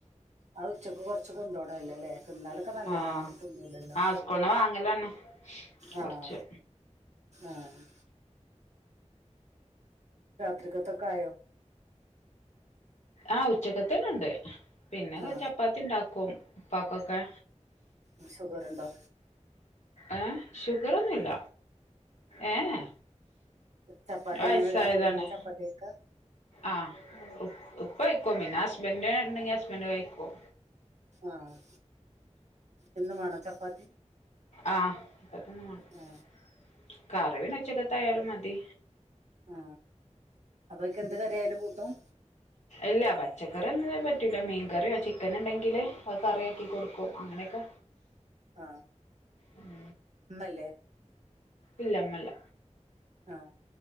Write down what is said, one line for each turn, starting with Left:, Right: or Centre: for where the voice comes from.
Right: ആ ഉച്ചക്ക് കൊറച്ച് കൊണ്ടുപോണല്ലോല്ലേ തിന്നാലൊക്കെ നല്ലതാണ്
Left: ആ
Right: അന് തിന്നൂലല്ലോ
Left: ആ സ്കൂൾന്ന് വാങ്ങലന്നെ കുറച്ച്
Right: ആഹ് ആഹ് രാത്രിക്കത്തൊക്കായോ
Left: ആഹ് ഉച്ചക്കത്തേന്ന് ഉണ്ട് പിന്നെ
Right: ആഹ്
Left: ചപ്പാത്തി ഉണ്ടാക്കും. ഉപ്പാക്കൊക്കെ
Right: ഉം ഷുഗറൊണ്ടോ?
Left: ങേ ഷുഗറൊന്നുല്ല ഏഹ്
Right: ചപ്പാത്തി
Left: വയസ്സായതാണ്
Right: അങ്ങനെ രാത്രി അങ്ങനെ
Left: വയസ്സായതാണ്.
Right: ചപ്പാത്തി വെക്കാ
Left: ആഹ് ഇപ്പം ഇപ്പം പിന്നെ ഹസ്ബൻഡ് ഉണ്ടെങ്കി ഹസ്ബൻഡ് കഴിക്കും
Right: ആഹ് എന്നും വേണാ ചപ്പാത്തി?
Left: ആഹ് ഇപ്പത്തന്ന
Right: ആ
Left: <inaudible> കറിപിന്ന ഉച്ചകത്ത ആയാലും മതി
Right: ആ അപ്പൊ എനിക്ക് എന്ത് കറിയായാലും കൂട്ടും
Left: ഇല്ല പറ്റ പച്ചക്കറിയൊന്നും പറ്റൂലാ മീൻ കറിയോ ചിക്കന്ണ്ടെങ്കില് അത് കറിയാക്കി കൊടുക്കും അങ്ങനൊക്കെ
Right: ആഹ്
Left: ഉം
Right: മ്മല്ലേ?
Left: ഇല്ല മ്മല്ല
Right: ആഹ്